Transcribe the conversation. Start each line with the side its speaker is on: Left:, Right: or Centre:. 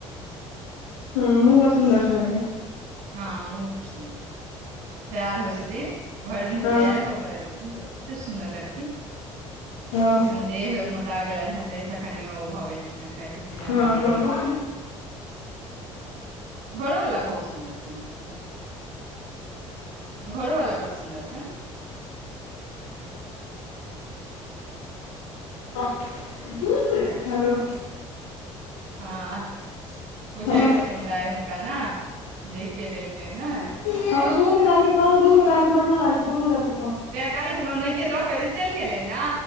Left: हूँ मुह बड़ सुन्दर छैन लेकिन
Right: हँ बहुत सुन्दर छथीन तैयार होइ छथि भेर दिन तऽ
Left: हँ
Right: तैयारे होकर रहैत छथिन एते सुन्दर लगथिन
Left: हँ
Right: अखन देह मोटा गेलेन ह तेस कनी ओ भऽ गेलखिन कहै छथिन जे हमरा
Left: हँ
Right: नहि
Left: हँ
Right: नीक
Left: <inaudible> हँ
Right: लगैत रहै घरोवला बहुत सुन्दर छनि से घरोवला बड़ सुन्दर छनि
Left: <inaudible> <inaudible> <inaudible> हेलो
Right: हँ पूछे
Left: बैठ
Right: छथिन दाय हुनका न जे के देलकेन न
Left: हँ त दूध में डाल क खाओ न दूध मे डाल क बढ़ियाँ लागैत छै दूध मे डाल कऽ
Right: कल्हि कुन्हा ओनाहिते लऽ के जे चेइल गेले न